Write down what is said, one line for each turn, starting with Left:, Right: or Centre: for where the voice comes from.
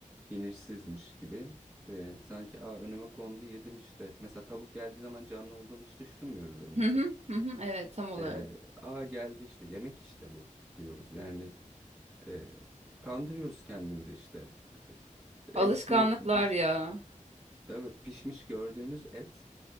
Centre: bilinçsizmiş gibi e, sanki Aa, önüme kondu yedim işte. Mesela tavuk geldiği zaman canlı olduğunu hiç düşünmüyoruz önümüze.
Right: Hı hı. Hı hı. Evet tam olarak.
Centre: E, Aa geldi işte yemek işte bu diyoruz. Yani e, kandırıyoruz kendimizi işte.
Right: Alışkanlıklar
Centre: Eti piş
Right: ya.
Centre: evet pişmiş gördüğümüz et